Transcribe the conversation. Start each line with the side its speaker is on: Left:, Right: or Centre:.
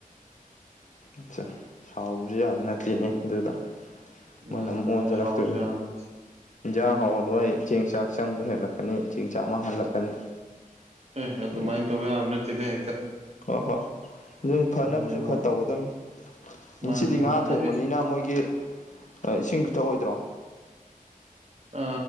Left: ꯑꯆꯥ <unintelligible> ꯁꯥꯎꯕꯁꯨ ꯌꯥꯕ ꯅꯠꯇꯤꯅꯦ ꯑꯗꯨꯗ ꯃꯣꯏꯅ
Right: ꯃꯥꯅꯦ
Left: ꯃꯨꯛ
Right: ꯃꯥꯅꯦ
Left: ꯑꯣꯟꯖꯜꯂꯛꯇꯣꯏ
Right: ꯁꯥꯎꯁꯨ ꯌꯥꯕ ꯅꯠꯇꯦ
Left: ꯏꯟꯖꯥꯡ
Right: ꯎꯝ
Left: ꯍꯥꯎꯍꯜꯂꯣꯏ ꯆꯦꯡ ꯆꯥꯛ ꯆꯪꯕ ꯍꯦꯜꯂꯛꯀꯅꯤ ꯆꯦꯡ ꯆꯥꯛ ꯃꯥꯡꯍꯜꯂꯛꯀꯅꯤ
Right: ꯑꯦ ꯑꯗꯨꯃꯥꯏꯅ
Left: ꯑꯗ
Right: ꯇꯧ ꯌꯥꯕ ꯅꯠꯇꯦꯗ ꯍꯦꯛꯇ
Left: ꯍꯣꯏ ꯍꯣꯏ ꯑꯗꯨꯅꯤ ꯐꯅꯕꯁꯨ
Right: ꯍꯥꯏꯗꯤ ꯃꯣꯏ
Left: ꯈꯔ ꯇꯧꯒꯗꯕꯅꯤ ꯉꯁꯤꯗꯤ
Right: ꯃꯥꯅꯦ ꯃꯥꯅꯦ
Left: ꯉꯥ
Right: ꯍꯥꯏꯗꯤ
Left: ꯊꯣꯡꯕꯅꯤꯅ ꯃꯣꯏꯒꯤ ꯏꯁꯤꯡ ꯄꯤꯊꯛꯑꯣꯏꯗ꯭ꯔꯣ
Right: ꯑ